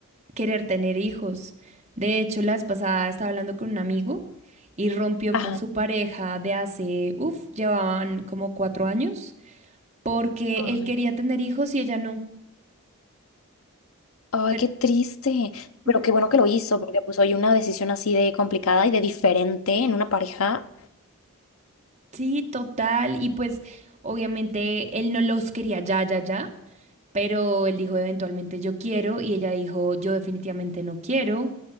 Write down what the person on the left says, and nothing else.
Ajá.
Ay,
ay,
qué triste. Pero
qué bueno que lo hizo, porque pues hoy una decisión así de complicada y de diferente en una pareja.